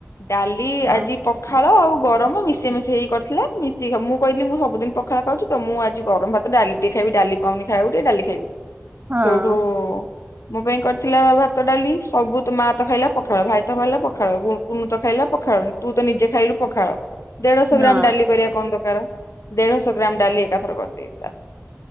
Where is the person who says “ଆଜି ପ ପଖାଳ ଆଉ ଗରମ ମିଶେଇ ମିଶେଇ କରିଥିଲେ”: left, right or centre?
Left